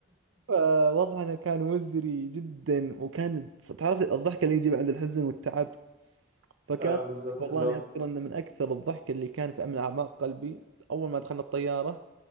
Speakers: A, on the right; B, on the right.
A: فوضعنا كان مزري جدا وكان تعرف الضحك اللي يجي بعد الحزن والتعب فكان
B: اه بالظبط
A: والله
B: اللي
A: اني
B: هو
A: اذكر انه من اكثر الضحك اللي كان في من اعماق قلبي اول ما دخلنا الطياره